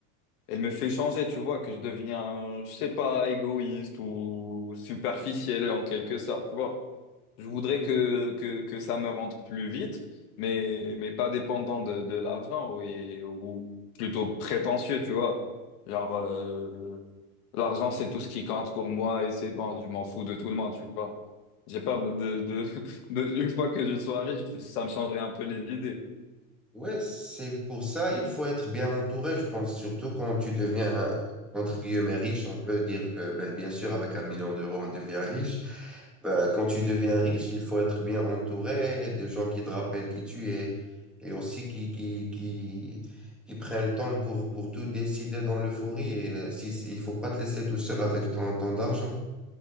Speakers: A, on the left; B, in the centre.
A: elle me fait changer, tu vois, que je deviens, je sais pas, égoïste ou superficiel en quelque sorte, tu vois. Je voudrais que, que, que ça me rentre plus vite, mais, mais pas dépendant de, de l'argent et, ou plutôt prétentieux, tu vois. Genre, euh, l'argent, c'est tout ce qui compte pour moi et c'est bon, je m'en fous de tout le monde, tu vois. J'ai peur de, de, de, <laughs> de- une fois que je sois riche, ça me changerait un peu les idées.
B: Ouais, c'est pour ça il faut être bien entouré, je pense, surtout quand tu deviens, entre guillemets, riche. On peut dire que, ben, bien sûr, avec un million d'euros, on devient riche. Ben, quand tu deviens riche, il faut être bien entouré des gens qui te rappellent qui tu es et aussi qui, qui, qui, qui prennent le temps pour, pour tout décider dans l'euphorie. Et euh, si, si- il faut pas te laisser tout seul avec ton, ton d'argent.